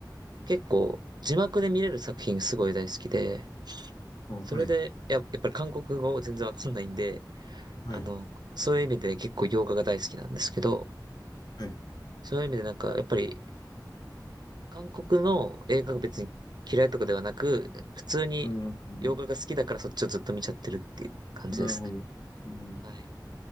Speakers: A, on the right (about 65°); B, on the left (about 60°).
A: 結構、字幕で見れる作品すごい大好きで、
B: あ、はい。
A: それで、や、やっぱり韓国語全然わかんないんで、
B: はい。
A: あの、そういう意味で結構洋画が大好きなんですけど、
B: はい。
A: そういう意味でなんか、やっぱり、韓国の映画が別に嫌いとかではなく、普通に洋画が好きだからそっちをずっと見ちゃってるっていう感じですね。
B: うん。うんなるほど。うん。
A: はい。